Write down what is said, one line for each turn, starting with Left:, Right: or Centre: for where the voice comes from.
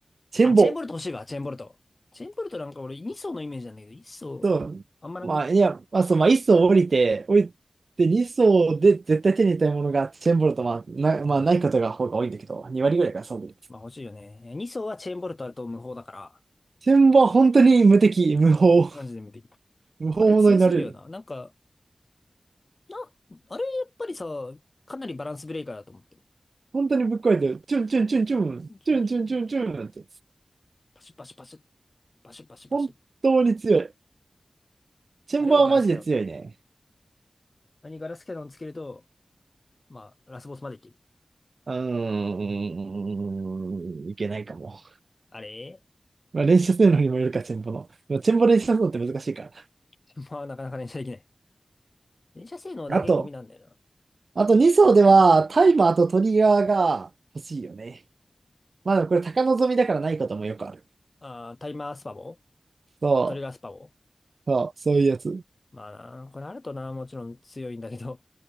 Right: チェーンボ。
Left: あ、チェーンボルト欲しいわ、チェーンボルト。チェーンボルトなんか俺2層のイメージなんだけど、1層、
Right: そう。
Left: あんまなくね
Right: まあ、いや、まあ、そう、まあ、1層降りて、降りて2層で絶対手に入れたいものがチェーンボルト、まあ、な、まあ、
Left: うん。
Right: ないことが方が多いんだけど、2割ぐらいからそうです。
Left: まあ欲しいよね。いや2層はチェーンボルトあると無法だから、
Right: チェーンボは本当に無敵、無法、
Left: マジで無敵。
Right: 無法者になれる。
Left: あれ強すぎるよな。なんか、な、あれやっぱりさ、かなりバランスブレーカーだと思ってる。
Right: 本当にぶっ壊れてる。チュンチュンチュンチュン、
Left: チンチンチンチンチン
Right: チュンチュンチュンチュンって。
Left: パシュパシュパシュ、パシュパシュパシュ。
Right: 本当に強い。チェンバーはマジで強いね。
Left: あれをガラスキャノン。あれにガラスキャノンつけると、まあ、ラスボスまでいける。
Right: うーん、いけないかも。
Left: あれ
Right: まあ、練習するのにもよるか、チェンボの。まあチェンボ練習するのって難しいから。
Left: <laughs> まあ、なかなか連射できない。連射性能だけゴミなんだよな。
Right: あと、あと2層ではタイマーとトリガーが欲しいよね。まあでもこれ高望みだからないこともよくある。
Left: あー、タイマースパボ
Right: そ
Left: トリガースパボ
Right: う、そう、そういうやつ。
Left: まあな、これあるとな、もちろん強いんだけど、